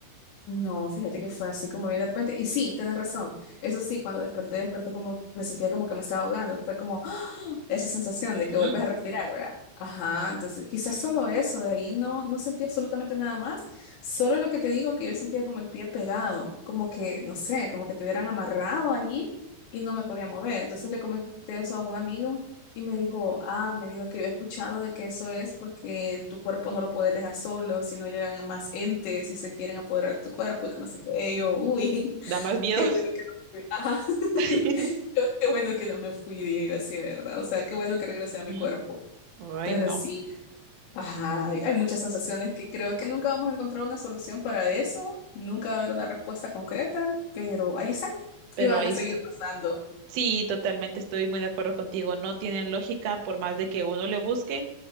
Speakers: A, on the left; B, on the right.
A: No, fíjate que fue así como bien de repente. Y sí, tienes razón. Eso sí, cuando desperté, desperté como, me sentía como que me estaba ahogando. Fue como ¡ah! esa sensación
B: Ujú.
A: de que vuelves a respirar, ¿verdad? Ajá, entonces quizás solo eso, de ahí no, no sentí absolutamente nada más. Solo lo que te digo, que yo sentía como el pie pegado, como que, no sé, como que te hubieran amarrado allí y no me podía mover. Entonces le comenté eso a un amigo y me dijo, ah, me dijo que yo he escuchado de que eso es porque tu cuerpo no lo puedes dejar solo, si no llegan más entes y se quieren apoderar de tu cuerpo y que no sé qué. Y yo, uy, <laughs>
B: Da más miedo.
A: qué bueno que no me fui. Ajá. <laughs>
B: <laughs>
A: Yo, Qué bueno que no me fui, dije yo así, ¿verdad? O sea, qué bueno que regresé a mi
B: Ujú.
A: cuerpo.
B: Ay,
A: Pero
B: no,
A: sí, ajá, hay hay muchas sensaciones que creo que nunca vamos a encontrar una solución para eso, nunca va a haber una respuesta concreta, pero ahí están
B: pero
A: y van
B: ahí
A: a seguir
B: está.
A: pasando.
B: Sí, totalmente estoy muy de acuerdo contigo. No tienen lógica por más de que uno le busque.